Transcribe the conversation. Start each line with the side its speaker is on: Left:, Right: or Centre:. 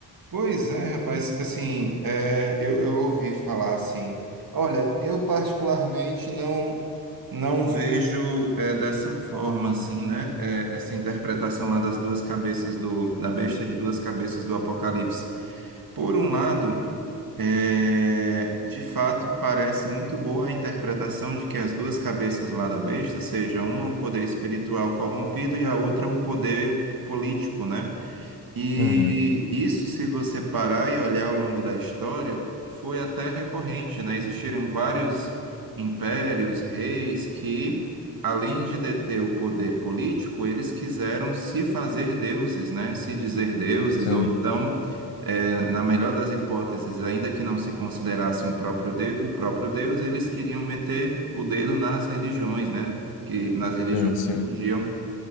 Right: Pois é, rapaz, assim, é, eu, eu ouvi falar assim, olha, eu particularmente não não vejo é, dessa forma, assim, né, é, essa interpretação lá das duas cabeças do, da besta de duas cabeças do Apocalipse. Por um lado, é, de fato, parece muito boa a interpretação de que as duas cabeças lá da besta seja uma o poder espiritual corrompido e a outra um poder político, né? E
Left: Uhum,
Right: isso, se você parar e olhar ao longo da história, foi até recorrente, né? Existiram vários impérios, reis que, além de deter o poder político, eles quiseram se fazer deuses, né? Se dizer deuses,
Left: sim.
Right: ou então, eh, na melhor das hipóteses, ainda que não se considerasse um próprio de- o próprio deus, eles queriam meter o dedo nas religiões, né? Que, nas religiões
Left: Sim, sim.
Right: que podiam,